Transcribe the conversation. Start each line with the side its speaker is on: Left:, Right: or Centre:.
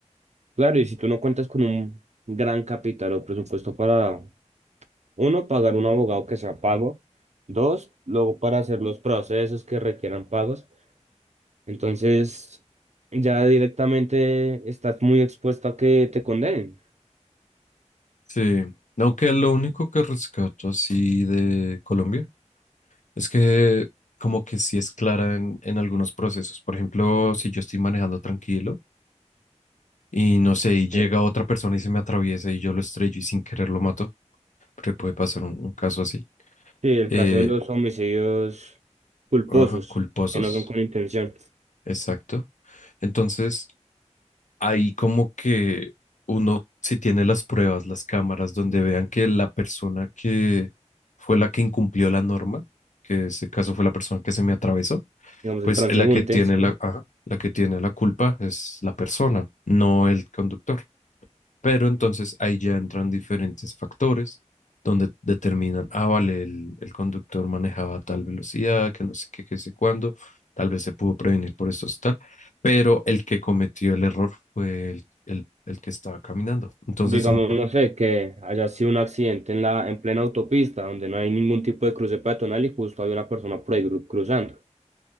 Right: Claro, y si tú no cuentas con un gran capital o presupuesto para, uno, pagar un abogado que sea pago, dos, luego para hacer los procesos que requieran pagos. Entonces, ya directamente estás muy expuesto a que te condenen.
Left: Sí, aunque lo único que rescato así de Colombia es que como que sí es clara en, en algunos procesos. Por ejemplo, si yo estoy manejando tranquilo y no sé, y llega
Right: Sí.
Left: otra persona y se me atraviesa y yo lo estrello y sin querer lo mato, porque puede pasar un, un caso así.
Right: Sí, el
Left: Eh,
Right: caso de los homicidios culposos,
Left: ajá, culposos,
Right: que no son con intención.
Left: exacto. Entonces... ahí como que uno, si tiene las pruebas, las cámaras, donde vean que la persona que fue la que incumplió la norma, que en ese caso fue la persona que se me atravesó,
Right: Digamos,
Left: pues
Right: el transeúnte,
Left: la que tiene
Right: Sí.
Left: la, ajá, la que tiene la culpa es la persona, no el conductor. Pero entonces ahí ya entran diferentes factores donde determinan, ah, vale, el, el conductor manejaba a tal velocidad, que no sé qué, qué sé cuándo, tal vez se pudo prevenir por eso, tal, pero el que cometió el error fue el, el, el que estaba caminando. Entonces
Right: digamos,
Left: son
Right: no sé, que haya sido un accidente en la, en plena autopista, donde no hay ningún tipo de cruce peatonal y justo hay una persona por ahí cru- cruzando.